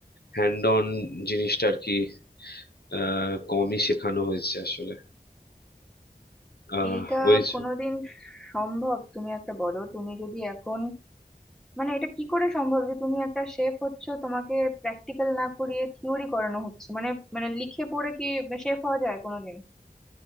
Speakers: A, on the left; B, in the centre.
A: হ্যান্ড অন জিনিসটা আর কি আহ, কমই শেখানো হয়েছে আসলে আহ
B: এইটা
A: ওই যে-
B: কোনোদিন সম্ভব তুমি একটা বলো তুমি যদি এখন মানে এটা কি করে সম্ভব যে তুমি একটা শেফ হচ্ছ তোমাকে প্র্যাকটিক্যাল না করিয়ে থিওরি করানো হচ্ছে মানে মানে লিখে পড়ে কি শেফ হওয়া যায় কোনোদিন